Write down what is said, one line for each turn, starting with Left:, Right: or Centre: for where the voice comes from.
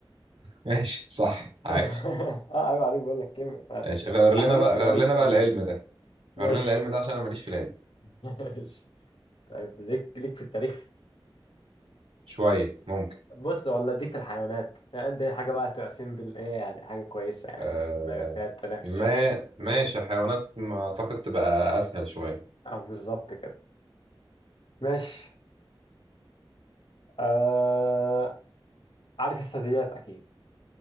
Right: ماشي صح
Left: <laughs>
Right: عايش
Left: اه عيب عليك بقول لك كيمياء ما تس-
Right: ماشي غير لنا
Left: تحدانيش
Right: بقى
Left: في العلوم
Right: غير لنا
Left: تاني
Right: بقى العلم
Left: بقى
Right: ده
Left: ماشي
Right: غير لنا العلم ده عشان انا ماليش في العلم
Left: <laughs> ماشي طيب ليك ليك في التاريخ
Right: شوية ممكن
Left: بص ولا اديك في الحيوانات يعني دي حاجه بقى تبقى سيمبل ايه يعني حاجه كويسه يعني
Right: آه
Left: ما يبقى فيها التنافس
Right: ما
Left: شوية.
Right: ماشي حيوانات ما اعتقد تبقى اسهل شوية
Left: او بالظبط كده ماشي آه... عارف الثدييات اكيد